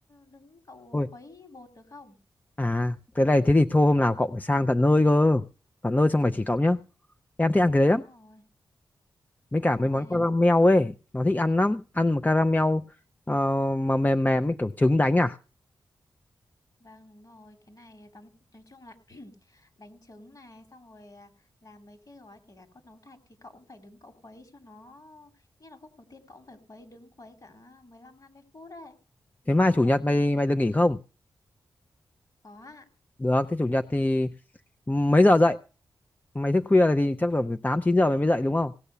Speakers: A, on the left; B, on the left.
A: đứng cậu
B: ôi
A: khuấy bột được không
B: à cái này thế thì thôi hôm nào cậu phải sang tận nơi cơ tận nơi xong mày chỉ cậu nhá em thích ăn cái
A: đúng
B: đấy lắm
A: rồi
B: mấy
A: đúng
B: cả
A: rồi
B: mấy món
A: nếu
B: caramel ấy nó thích ăn lắm ăn mà caramel ờ, mà mềm mềm mấy kiểu trứng đánh à
A: vâng đúng rồi cái này tóm nói chung là <clears throat> đánh trứng này xong rồi à, làm mấy cái gói kể cả con nấu thạch thì cậu cũng phải đứng cậu khuấy cho nó nghĩa là khúc đầu tiên cậu cũng phải khuấy đứng khuấy cả mười lăm hai mươi phút đấy
B: thế mai
A: mới
B: chủ
A: dám
B: nhật mày
A: đứng
B: mày được nghỉ không
A: có ạ
B: được thế chủ nhật thì mấy giờ dậy mày thức khuya thì chắc là tám chín giờ mày mới dậy đúng không